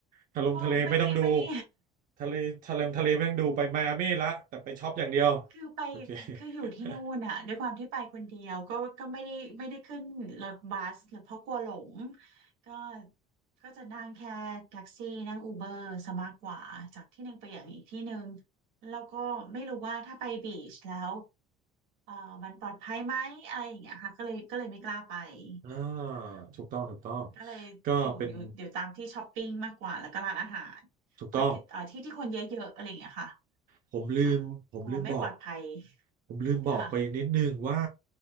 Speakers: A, on the right; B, on the right.
A: ทะลงทะเลไม่ต้องดู
B: ก็ไม่ได้ไม่ได้
A: ทะเลทะเลทะเลไม่ต้องดูไปไมอามี่ละแต่ไปช็อปอย่างเดียว
B: คือไป
A: โอเค
B: คืออยู่ที่นู่นอ่ะด้วยความที่ไปคนเดียวก็ก็ไม่ได้ไม่ได้ขึ้นรถบัสหรือเพราะกลัวหลง
A: <laughs>
B: ก็ก็จะนั่งแค่แท็กซี่นั่งอูเบอร์ซะมากกว่าจากที่หนึ่งไปอย่างอีกที่หนึ่งแล้วก็ไม่รู้ว่าถ้าไปบีชแล้วเอ่อมันปลอดภัยไหมอะไรอย่างเงี้ยค่ะก็เลยก็เลยไม่กล้าไป
A: อ่า
B: ค่ะ
A: ถูกต้องถูกต้อง
B: ก็เลยอยู่อยู่อยู่ตามที่ช้อปปิ้งมากกว่าแล้วก็ร้านอาหาร
A: ก็เป็นถูกต้อง
B: คนที่เอ่อที่ที่คนเยอะๆอะไรอย่างเงี้ยค่ะ
A: ผมลืมผมลืมบอก
B: ค่ะกลัวไม่ปลอดภัย
A: ผมลืมบอกไปนิดนึงว่า
B: ค่ะ